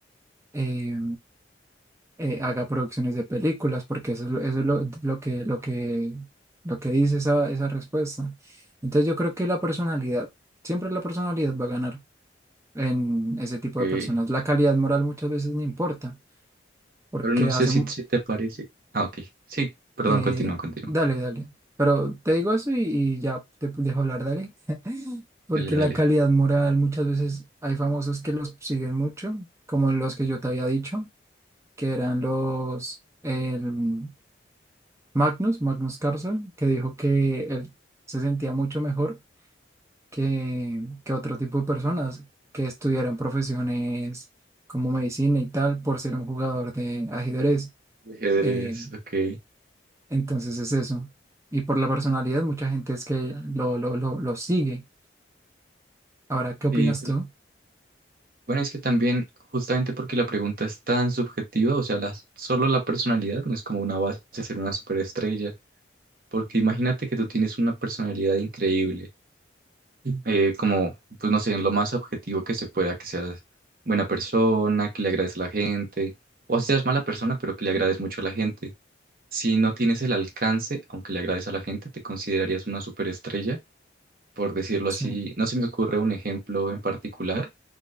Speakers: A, on the right (about 15°); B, on the right (about 50°).
A: eh, eh, haga producciones de películas, porque eso, es lo- eso es lo, lo que, lo que, lo que dice esa, esa respuesta. Entonces yo creo que la personalidad, siempre la personalidad va a ganar. en ese tipo
B: Eh,
A: de personas. La calidad moral muchas veces no importa, porque
B: pero no sé
A: hacen...
B: si, si te parece. Ah, ok. Sí, perdón,
A: eh,
B: continúa, continúa.
A: dale, dale. Pero te digo eso y, y ya te dejo hablar, dale. <laughs> Porque
B: Dale, dale.
A: la calidad moral muchas veces hay famosos que los siguen mucho, como los que yo te había dicho, que eran los... El, Magnus, Magnus Carlsen, que dijo que él se sentía mucho mejor que, que otro tipo de personas que estudiaron profesiones como medicina y tal por ser un jugador de ajedrez.
B: De Ajedrez,
A: Eh,
B: ok.
A: entonces es eso. Y por la personalidad, mucha gente es que lo, lo, lo, lo sigue. Ahora, ¿qué opinas
B: Sí, pero-
A: tú?
B: bueno, es que también, justamente porque la pregunta es tan subjetiva, o sea, la- solo la personalidad no es como una base de ser una superestrella. Porque imagínate que tú tienes una personalidad increíble eh, como, pues no sé, en lo más objetivo que se pueda, que seas buena persona, que le agrades a la gente, o así seas mala persona, pero que le agrades mucho a la gente. Si no tienes el alcance, aunque le agrades a la gente, te considerarías una superestrella, por decirlo
A: Sí.
B: así. No se me ocurre un ejemplo en particular,